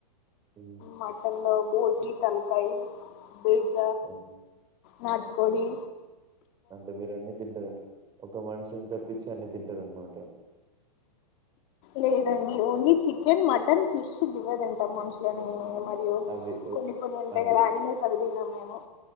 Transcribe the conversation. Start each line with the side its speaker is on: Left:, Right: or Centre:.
Right: హ్మ్.
Left: మటన్ లొ బోటి తలకాయి బీజ
Right: అన్నీ.
Left: నాట్కోడి
Right: అంటే మీరు అన్ని తింటారు ఒక మనిషిని తప్పిించి అన్ని తింటార అనమాట
Left: లేదండి ఓన్లీ చికెన్ మటన్ ఫిష్ గివే తింటాం మనుషులనే మరియు
Right: అవి ఓ
Left: కొన్ని కొన్ని ఉంటయి
Right: అవి
Left: గదా అనిమల్స్ అవి తినం మేము